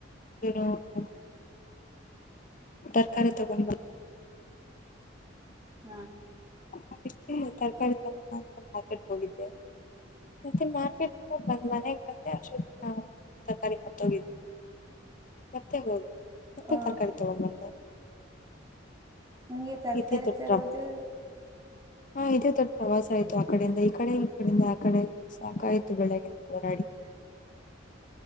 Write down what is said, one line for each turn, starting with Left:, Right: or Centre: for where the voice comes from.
Left: ಏನೋ <unintelligible> ತರ್ಕಾರೇ ತಗೊಂಡ <unintelligible>
Right: ಹ್ಮ
Left: ಅದಕ್ಕೆ ತರಕಾರಿ ತರ ಅಂತ ಮಾರ್ಕೆಟ್ಗೆ ಹೋಗಿದ್ದೆ <unintelligible> ಮತ್ತೆ ಮಾರ್ಕೆಟಯಿಂದ ಬಂದ್ ಮನೆಗೆ ಬಂದೆ ಆಸ್ಟ್ರಾಲಿ ತರಕಾರಿ ಮಾರ್ತೊಗಿದೆ ಮತ್ತೆ ಹೋದು ಮತ್ತೆ
Right: ಆ
Left: ತರಕಾರಿ ತಗೊಂಡ ಬಂದೆ
Right: ನಂಗೆ ತರಕಾರಿ
Left: ಇದೇ ತಟ
Right: ತರೋದು
Left: ಹ ಇದೇ ತ <unintelligible> ಪ್ರವಾಸ ಆಯ್ತು ಆ ಕಡೆಯಿಂದ ಈ ಕಡೆ ಈ ಕಡೆಯಿಂದ ಆ ಕಡೆ ಸಾಕ ಆಯ್ತು ಬೆಳಗ್ಗಿಂದ ಹೋರಾಡಿ
Right: <unintelligible> <inaudible>